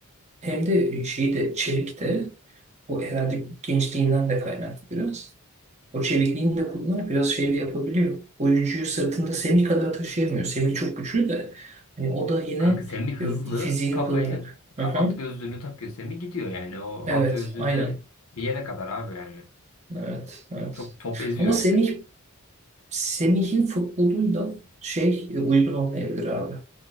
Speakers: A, on the right (about 30°); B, on the left (about 80°).
A: hem de şeyi de çevik de o herhalde gençliğinden de kaynaklı biraz. O çevikliğini de kullanarak biraz şey de yapabiliyor. Oyuncuyu sırtında Semih kadar taşıyamıyor. Semih çok güçlü de hani o da yine
B: Kanka Semih hızlı
A: e, fiziğini
B: kafayı
A: kullanarak.
B: ka-
A: Hı hı.
B: at gözlüğünü takıyor Semih gidiyor yani. O
A: Evet,
B: at gözlüğü
A: aynen.
B: de bir yere kadar abi yani.
A: Evet, evet.
B: Çok top eziyor
A: Ama Semih
B: yani.
A: Semih'in futboluyla şey e, uygun olmayabilir abi.